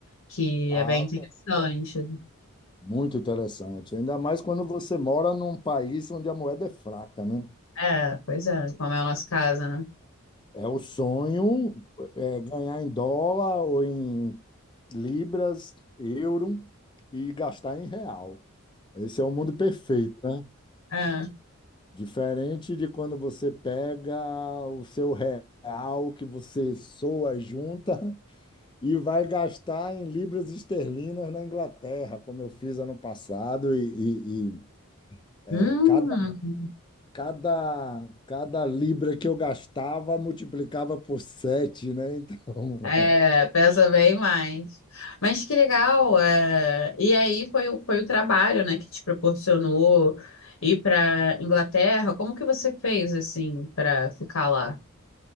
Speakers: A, on the left (about 80°); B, on the left (about 20°).
A: Que
B: tá
A: é bem interessante.
B: muito interessante, ainda mais quando você mora num país onde a moeda é fraca, né?
A: É, pois é, como é o nosso caso, né?
B: É o sonho é, ganhar em dólar ou em libras, euro e gastar em real. Esse é o mundo perfeito, né?
A: É.
B: Diferente de quando você pega o seu real que você soa, junta <laughs> e vai gastar em libras esterlinas na Inglaterra, como eu fiz ano passado, e, e- e, é,
A: Hum.
B: cada, cada, cada libra que eu gastava multiplicava por sete, né? Então,
A: É,
B: <laughs>
A: pesa bem mais. Mas que legal. é, E aí foi, o- foi o trabalho, né, que te proporcionou ir para Inglaterra. Como que você fez assim para ficar lá?